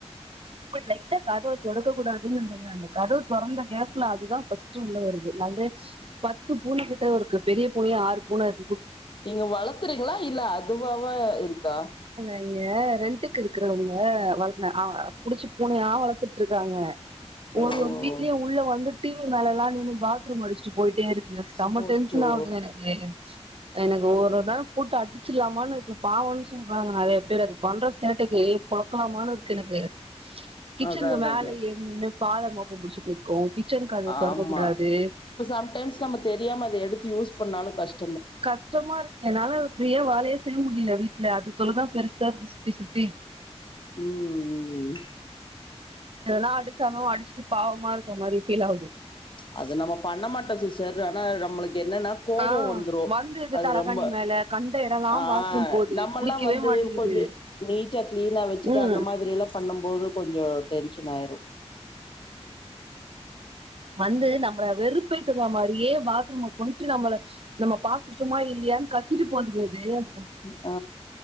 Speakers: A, on the right (about 55°); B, on the left (about 45°).
A: இப்டி லைட்டா கதவு தொறக்க கூடா <unintelligible> அந்த கதவு தொறந்த கேப்புல அதுதா ஃபஸ்ட் உள்ள வருது <unintelligible> நெறைய பத்து பூனே கிட்டே வருது பெரிய பூனேயே ஆறு பூன இரு
B: நீங்க வளத்துறீங்ளா இல்ல அதுவாவ இருக்கா
A: நீங்க ரெண்ட்டுக்கு இருக்கறவங்க வளர்க <unintelligible> புடிச்சு பூனையா வளத்துட்ருக்காங்க
B: ஓ
A: ஒரு ஒரு வீட்லியு உள்ள வந்துட் டிவி மேலல்லா நின்னு பாத்ரூம் அடிச்சுட்டு போயிட்டேருக்கு எனக்கு செம்ம
B: போச்சோ
A: டென்ஷன் ஆவுது எனக்கு எனக்கு ஒரு ஒரு நேரொ போட்டு அடிச்சுலாமான்னுருக்கு பாவன்னு சொல்றாங்க நறைய பேர் அதுக்கு பண்ற சேட்டைக்கி <unintelligible> இருக்கு எனக்கு கிச்சனுக்
B: அதா அதாங்க
A: மேல் ஏறி நின்னு பால மொப்ப புடிச்சுட் நிக்கு கிச்சன் கதவு தொறக்க
B: ஆமா
A: கூடாது
B: இப்ப சம்டைம்ஸ் நம்ம தெரியாம அத எடுத்து யூஸ் பண்ணாலு கஷ்
A: கஷ்டமாருக்கு என்னால ஃப்ரீயா வேலயே செய்ய முடில வீட் இல்ல அது தொல்ல தா பெருசாருக்கு சுத்தி சுத்தி
B: ம் ம் ம்
A: இத்தல அடிச்சாலு அடிச்ச பாவமா இருக்கமாரி ஃபில் ஆகுது
B: அது நம்ம பண்ண மாட்டோ சிஸ்டர் ஆனா நம்மளுக்கு என்னன்னா கோபம்
A: ஆ
B: வந்துரு
A: வந்துது
B: அது
A: தலகாணி
B: ரொம்ப
A: மேல கண்ட எடல்லா
B: ஆஹ
A: பாத்ரூம் போது
B: நம்மெல்லா
A: புடிக்கவே
B: வந்து
A: மாட்டேங்குது
B: கொஞ்சோ நீட்ட கிளீனா வெச்சுட்டு
A: ம்
B: அந்த மாதிர எல்லா பண்ணும் போது கொஞ்சோ டென் டென்ஷன் ஆயிரு
A: வந்து நம்மள வெறுப்போத்துர மாதிரியே பாத்ரூம் போயிட்டு நம்மள நம்ம பாத்துட்டுமா இல்லியான்னு கத்திட்டு போற்து ச <unintelligible>
B: ஹ